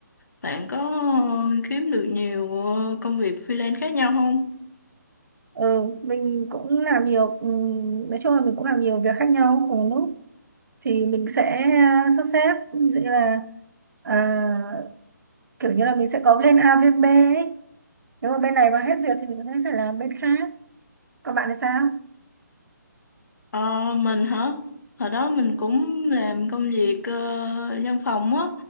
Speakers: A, on the left; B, on the right.
A: Bạn có ờ, kiếm được nhiều ờ, công việc freelance khác nhau không?
B: Ừ, mình cũng làm nhiều, ừm, nói chung là mình cũng làm nhiều việc khác nhau cùng một lúc, thì mình sẽ ờ, sắp xếp, ví dụ như là à, kiểu như là mình sẽ có plan A, plan B ấy. Nếu mà bên này mà hết việc thì mình có thể sẽ làm bên khác Còn bạn thì sao?
A: Ờ, mình hả? Hồi đó mình cũng làm công việc ờ, văn phòng á,